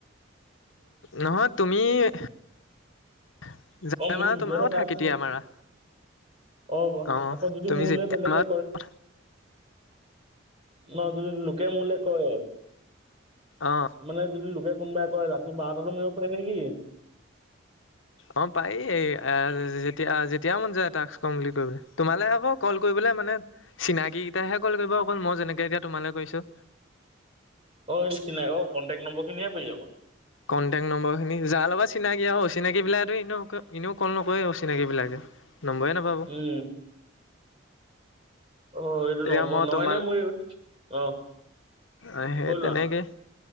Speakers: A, on the left (about 75°); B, on the right (about 30°).
A: নহয় তুমি <inaudible>
B: অঁ মোৰ
A: মাৰা
B: নিজৰহে
A: তোমাৰ কথা
B: টাস্ক
A: কেতিয়া
B: মই
A: মাৰা।
B: অঁ
A: আহ
B: আকৌ যদি
A: তুমি
B: মোলৈ
A: যেতিয়া
B: বেলেগে
A: মাৰা তোমাৰ কথা।
B: অ যদি লোকে মোৰ লয় কয়
A: অ
B: মানে যদি লোকে কোনোবাই কয় ৰাতি বাৰটাতো মাৰিব পাৰে নেকি?
A: অ পাৰি যেতিয়া যেতিয়া মন যায় টাস্কছ কম্পিলিট কৰিবলৈ তোমালে আকৌ কল কৰিব বোলে মানে চিনাকি কিটাহে কল কৰিব অকল মই যেনেকে এতিয়া তোমালৈ কৰিছোঁ।
B: অ এই চিনাই অ কণ্টেক্ট নম্বৰ খিনিহে পাৰি আকৌ
A: কণ্টেক্ট নম্বৰ খিনি যাৰ লগত চিনাকি আৰু অচিনাকি বিলাক এনেও এনেও কল নকৰে অচিনাকি বিলাকে। নম্বৰে নাপাব।
B: উম অ এইটো
A: এয়া
B: নম্বৰ
A: মই
B: নয়
A: তোমালে,
B: নে মোৰ অ
A: আহ সেই
B: কৈ
A: তেনেকে।
B: লোৱা